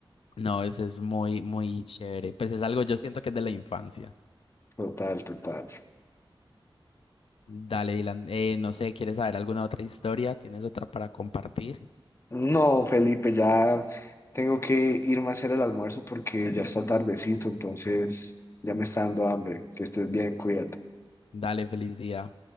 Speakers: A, on the left; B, on the left.
A: No, ese es muy, muy chévere. Pues es algo, yo siento que es de la infancia.
B: Total, total.
A: Dale, Dylan. Eh, no sé, ¿quieres saber alguna otra historia? ¿Tienes otra para compartir?
B: No, Felipe, ya tengo que irme a hacer el almuerzo porque ya está tardecito, entonces ya me está dando hambre. Que estés bien, cuídate.
A: Dale, feliz día.